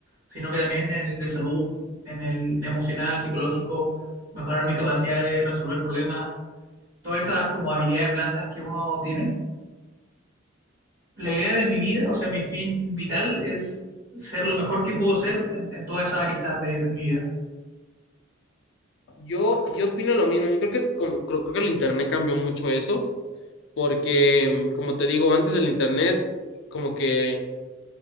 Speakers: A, on the right (about 50°); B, on the left (about 65°).
A: sino que también en el de salud, en el emocional, psicológico, mejorar mi capacidad de resolver problemas, todas esas como habilidades blandas que uno tiene. La idea de mi vida, o sea, mi fin vital es ser lo mejor que puedo ser en, en todas esas aristas de de mi vida.
B: Yo, yo opino lo mismo, yo creo que es como, creo, creo que el internet cambió mucho eso, porque mm, como te digo, antes del internet como que